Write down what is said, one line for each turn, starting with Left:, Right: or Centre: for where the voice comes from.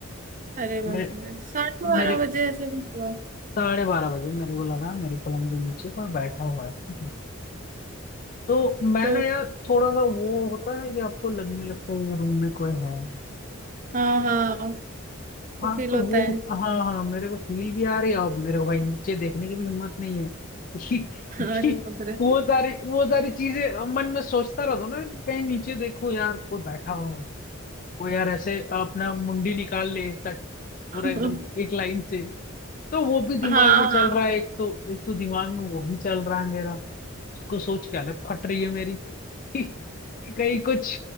Right: अरे बाप
Left: मेरे
Right: रे साढ़े बारह
Left: मेरे
Right: बजे ऐसे भी हुआ
Left: साढ़े बारह बजे मेरे को लगा मेरे पलंग के नीचे कोई बैठा हुआ है ठीक है। तो मैं
Right: तो
Left: ना यार थोड़ा सा वो होता है कि आपको लगने लगता है कि रूम में कोई है
Right: हाँ हाँ
Left: हाँ
Right: वो फील
Left: तो
Right: होता
Left: वो
Right: है
Left: हाँ हाँ मेरे को फील भी आ रही है और मेरे को भाई नीचे देखने की भी हिम्मत नहीं है <laughs> क्योंकि
Right: <laughs> अरे बाप रे
Left: वो सारी वो सारी चीजें मन में सोचता रहता हूँ ना कि कहीं नीचे देखो यार कोई बैठा हो कोई यार ऐसे अपना मुंडी निकाल ले सट पूरा
Right: <laughs>
Left: एकदम एक लाइन से तो वो भी दिमाग
Right: हाँ
Left: में चल
Right: हाँ
Left: रहा है एक तो एक तो दिमाग में वो भी चल रहा है मेरा उसको सोच के अलग फट रही है मेरी कि कहीं कुछ